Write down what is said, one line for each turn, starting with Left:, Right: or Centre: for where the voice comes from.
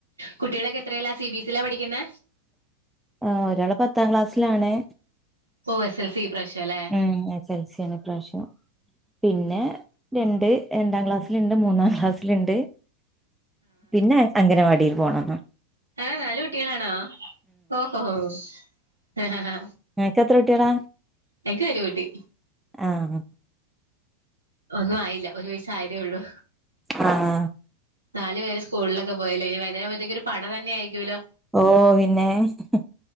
Right: കുട്ടികളൊക്കെ എത്രയല്ല സി ബിഎസ്ില പഠിക്കുന്ന
Centre: ആ ഒരാള് പത്താം ക്ലാസ്സിലാണേ
Right: ഓ എസ് എൽ സി ഇപ്രാവശ്യം അല്ലേ
Centre: ഉം.. എസ് എൽ സി ആണ് ഇപ്രാവശ്യം. പിന്നെ... രണ്ട്.. രണ്ടാം ക്ലാസ്സിലുണ്ട്, മൂന്നാം ക്ലാസ്സിലുണ്ട്... പിന്നെ അംഗനവാടിയിൽ പോണം. <unintelligible>
Right: ങാ.. നാല് കുട്ടികളാണാ... ഓഹോ... ങ്ഹാ... ഹ.. ഹാ...
Centre: നിങ്ങക്കെത്ര കുട്ടിളാ...?
Right: എനിക്ക് ഒരു കുട്ടി.
Centre: ങാ.. ങാ.
Right: ഒന്നും ആയില്ല. ഒരു വയിസ്സായിതെ ഉള്ളൂ...
Centre: ങാ....
Right: നാല് പേരും സ്കൂളിലൊക്കെ പോയല്ലേ.. ഇനി വൈകേരത്തേക്കൊരു പട തന്ന ആയിരിക്കൂല്ലോ.
Centre: ഓ... പിന്നേ.... ങ്‌.. ഹ്.. ഹ്.